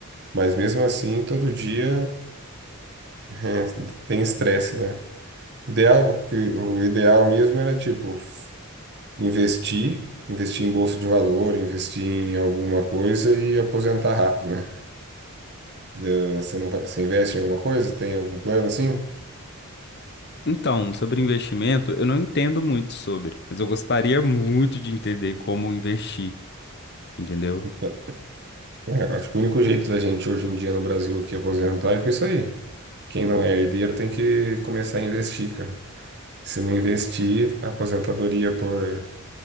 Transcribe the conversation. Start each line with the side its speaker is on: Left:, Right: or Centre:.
Right: Mas mesmo assim, todo dia é, <laughs> tem estresse, né? Ideal, o que- o ideal mesmo era, tipo, investir, investir em bolsa de valor, investir em alguma coisa e aposentar rápido, né? Entendeu? Você não vai, você investe em alguma coisa? Tem algum plano assim?
Left: Então, sobre investimento, eu não entendo muito sobre, mas eu gostaria muito de entender como investir, entendeu?
Right: Então, é, acho que o único jeito da gente hoje em dia no Brasil aqui aposentar é com isso aí. Quem não é herdeiro tem que começar a investir, cara. Se não investir, a aposentadoria por,